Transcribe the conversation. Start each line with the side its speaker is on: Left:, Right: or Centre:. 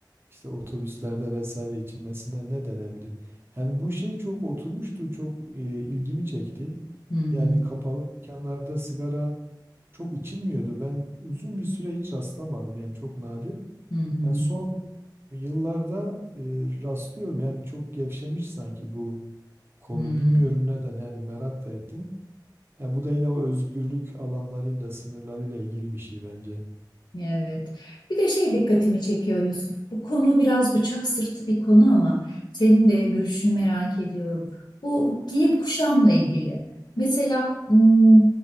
Right: işte otobüslerde vesaire içilmesine ne denebilir? Yani bu şey çok oturmuştu, çok e, ilgimi çekti.
Left: Hı hı.
Right: Yani kapalı mekanlarda sigara çok içilmiyordu. Ben uzun bir süre hiç rastlamadım yani çok nadir.
Left: Hı hı.
Right: Yani son yıllarda e, rastlıyorum yani çok gevşemiş sanki bu konu.
Left: Hı.
Right: Bilmiyorum neden yani merak da ettim. Ya bu da yine o özgürlük alanlarıyla, sınırlarıyla ilgili bir şey bence.
Left: Evet. Bir de şey dikkatimi çekiyor Yusuf. Bu konu biraz bıçak sırtı bir konu ama senin de görüşünü merak ediyorum. Bu giyim kuşamla ilgili. Mesela hmm,